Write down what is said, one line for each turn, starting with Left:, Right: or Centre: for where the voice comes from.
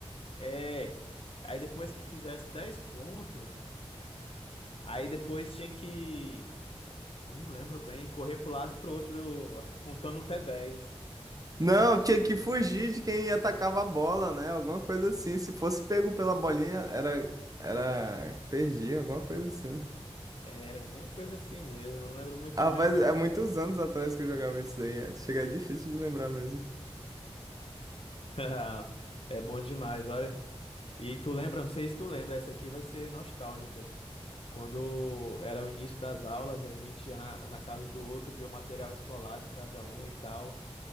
Left: é, aí depois que fizesse 10 pontos, aí depois tinha que, eu não lembro bem, correr pro lado e pro outro contando até 10.
Right: Não, tinha que fugir de quem atacava a bola, né? Alguma coisa assim. Se fosse pego pela bolinha, era era perdi, alguma coisa assim.
Left: Era alguma coisa assim mesmo, não lembro muito
Right: Ah,
Left: bem
Right: faz
Left: não.
Right: é muitos anos atrás que eu jogava isso daí. É. Chega é difícil de lembrar mesmo.
Left: <laughs> É bom demais, olha. E tu lembra, não sei se tu lembra, essa aqui vai ser nostálgica. Quando era o início das aulas, a gente ia na, na casa do outro, via o material escolar de cada um e tal.